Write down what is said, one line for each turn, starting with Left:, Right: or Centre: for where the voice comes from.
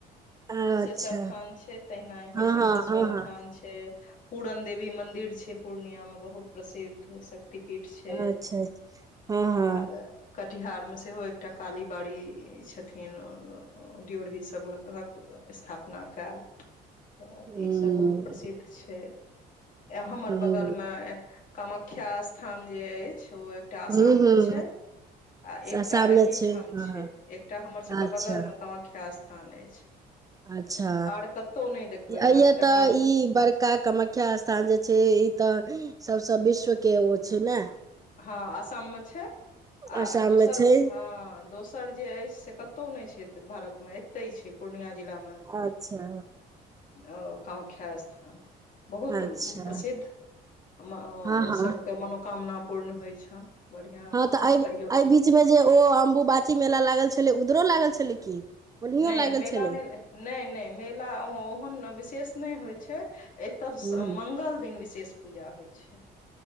Right: बाबा
Left: कुशेश्वर
Right: अच्छा
Left: थान छै तहिना इम्हर
Right: हँ
Left: सिंघेश्वर
Right: हँ हँ हँ
Left: थान छै पूरन देवी मंदिर छै पूर्णिया म बहुत प्रसिद्ध श्ति पीठ छै
Right: अच्छा अच्छा, हँ हँ
Left: आर कटिहार मे सेहो एकटा काली बारी छथिन ड्योरी सब स्थापना क‌एल त
Right: हूं
Left: ई सब बहुत प्रसिद्ध छै आ हमर
Right: हूँ
Left: बगलम कामाख्या स्थान जे अछि ओ एकटा आसाम
Right: हूँ हूँ
Left: मे छै आ एकटा
Right: आसाममे
Left: अहिठाम
Right: छै हँ
Left: छै
Right: हँ
Left: एकटा हमर सबके
Right: अच्छा
Left: बगलम कामा ख्या स्थान अछि
Right: अच्छा
Left: आर कतौ नहि देखबै
Right: आय
Left: अहाँ एकटा
Right: तऽ
Left: भारत
Right: ई बड़क का कामख्या स्थान जे छै ई तऽ सबस विश्व के ओ छै ने
Left: हँ आसममे छै आ
Right: आसाम
Left: दोसर
Right: मे छै
Left: हँ दोस दोसर जे अछि से कतौ नहि छै भारत मे एते छै पूर्णिया जिला मे
Right: अच्छा
Left: ओ कामाख्या स्थान बहुत
Right: अच्छा
Left: प्रसिद्ध ओ
Right: हँ हँ
Left: सबके मनो कामना पूर्ण होइ छनि बढ़िआँ
Right: हँ तऽ
Left: छै
Right: एहि
Left: कहियो
Right: एहि बीच मे जे ओ अम्बुबाची मेला लागल छलै उधरो लागल छलै की ओनहियो
Left: नहि
Right: लागल
Left: मेला
Right: छलै
Left: नहि नहि नहि मेला ओहन विशेष नहि होइ छै एतय
Right: हूँ
Left: मङ्ंगल दिन विशेष पूजा होइ छै